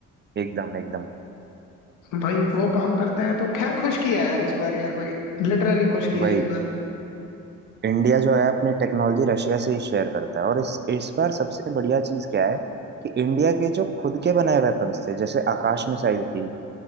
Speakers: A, on the right; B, on the left.
A: एकदम एकदम
B: भाई वो काम करते हैं तो खैर खुश किया है यार इस बार यार भाई लिटरली खुश किया
A: वही
B: है इस बार
A: इंडिया जो है अपनी टेक्नोलॉजी रशिया से ही शेयर करता है और इस इस बार सबसे बढ़िया चीज क्या है कि इंडिया के जो खुद के बनाए वेपन्स थे जैसे आकाश मिसाइल थी